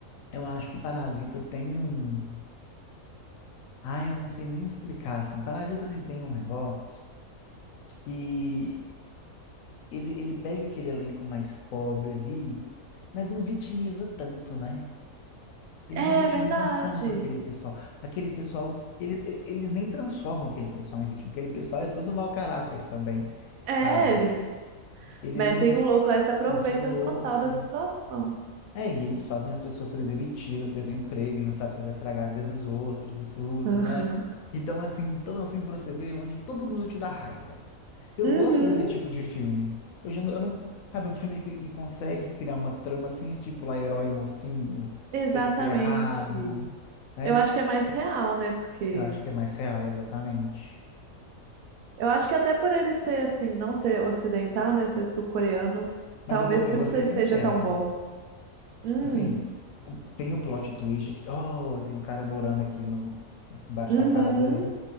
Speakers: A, on the left; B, on the right.
A: eu acho que Parasita tem um. Ai, eu não sei nem explicar, assim. Parasita tem, tem um negócio. que ele, ele pega aquele elenco mais pobre ali, mas não vitimiza tanto, né? Eles
B: é
A: não vitimizam
B: verdade.
A: tanto aquele pessoal. Aquele pessoal, eles, ele- eles nem transformam aquele pessoal em vítima. Aquele pessoal é tudo mau caráter também,
B: É,
A: sabe?
B: eles.
A: Eles
B: Metem
A: não
B: o louco lá e se aproveitam
A: metem o louco.
B: total da situação.
A: É, e eles fazem as pessoas serem demitidas, perder o emprego, ele não sabe se vai estragar a vida dos outros e tudo,
B: <laughs>
A: né? Então, assim, então é um filme pra você ver onde todo mundo te dá raiva. Eu
B: Uhum,
A: gosto desse tipo de filme. Eu já não, eu não- sabe, um filme que, que consegue criar uma trama sem estipular herói e mocinho,
B: exatamente.
A: certo e errado, né?
B: Eu acho que é mais real, né? Porque
A: Eu acho que é mais real, exatamente.
B: eu acho que até por ele ser assim, não ser ocidental, né? Ser sul-coreano,
A: Mas
B: talvez
A: eu vou, eu
B: por
A: vou
B: isso
A: ser
B: ele
A: sincero.
B: seja tão bom. Hum,
A: Assim, o- tem o plot twist que, oh, tem um cara morando aqui no embaixo
B: uhum,
A: da casa, beleza?